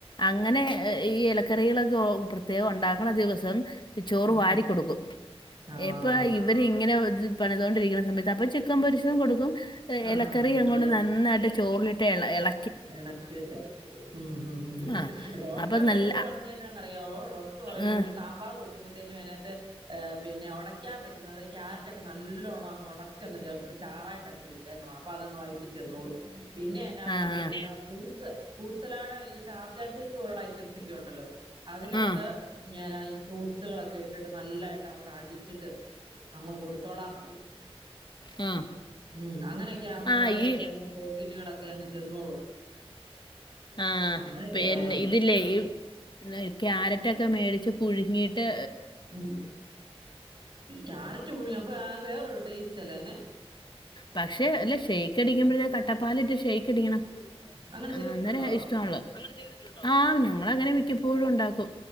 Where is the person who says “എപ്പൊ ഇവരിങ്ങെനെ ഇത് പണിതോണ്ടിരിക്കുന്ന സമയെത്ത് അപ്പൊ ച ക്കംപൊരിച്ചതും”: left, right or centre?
Left